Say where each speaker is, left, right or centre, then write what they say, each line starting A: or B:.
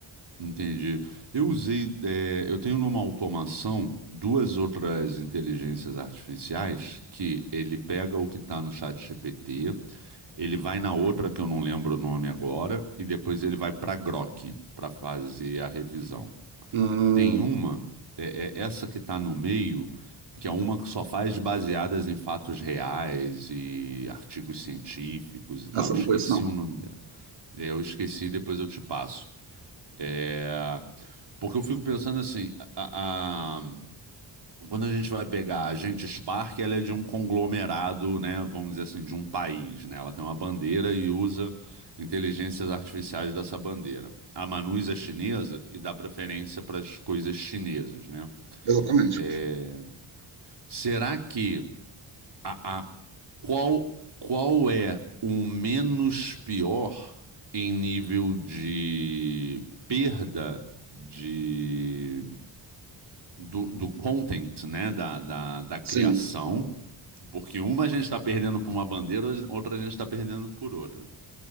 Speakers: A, on the right; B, on the right.
A: Entendi. Eu usei, eh, eu tenho numa automação duas outras inteligências artificiais que ele pega o que está no chat GPT, ele vai na outra que eu não lembro o nome agora, e depois ele vai para Grok para fazer a revisão.
B: Hum,
A: Tem uma, é, é essa que está no meio, que é uma que só faz baseadas em fatos reais e artigos científicos e tal.
B: essa
A: Eu
B: eu
A: esqueci
B: não Uhum. conheço, não.
A: o nome dela. Eu esqueci, depois eu te passo. É. Porque eu fico pensando assim, a- a- quando a gente vai pegar a Agente Spark, ela é de um conglomerado, né, vamos dizer assim, de um país, né? Ela tem uma bandeira e usa inteligências artificiais dessa bandeira. A Manus é chinesa e dá preferência para as coisas chinesas, né?
B: Exatamente.
A: É, será que a, a- qual qual é o menos pior em nível de perda de do, do content, né? Da, da, da criação,
B: Sim.
A: porque uma a gente está perdendo por uma bandeira, outra a gente está perdendo por outra.